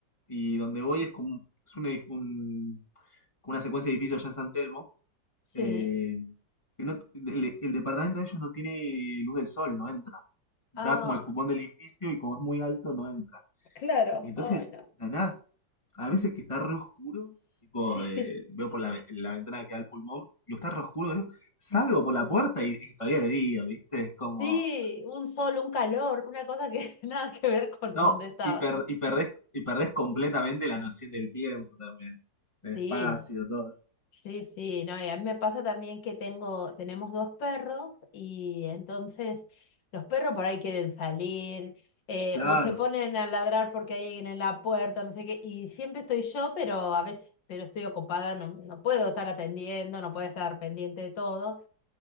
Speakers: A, on the left; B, on the left.
A: y donde voy es como un- es un edif- un- como una secuencia de edificios allá en San Telmo.
B: Sí.
A: eh, que no- el, el departamento de ellos no tiene luz del sol, no entra. Da
B: Ah,
A: como el pulmón del edificio y como es muy alto, no entra.
B: claro.
A: Y entonces,
B: Ay, no.
A: la a veces que está re oscuro, tipo,
B: <laughs>
A: eh, veo por la, ve- la ventana que da al pulmón, y está re oscuro, digo, salgo por la puerta y, y todavía es de día, ¿viste? Es como,
B: Sí, un sol, un calor, una cosa que <laughs> nada que ver con
A: no,
B: donde estaba.
A: y, per- y, perdés, y perdés completamente la noción del tiempo también,
B: Sí,
A: del espacio, todo.
B: sí, sí, no, y a mí me pasa también que tengo, tenemos dos perros y entonces los perros por ahí quieren salir eh,
A: Claro,
B: o se ponen a ladrar porque hay alguien en la puerta, no sé qué, y siempre estoy yo, pero a veces, pero estoy ocupada, no, no puedo estar atendiendo, no puedo estar pendiente de todo.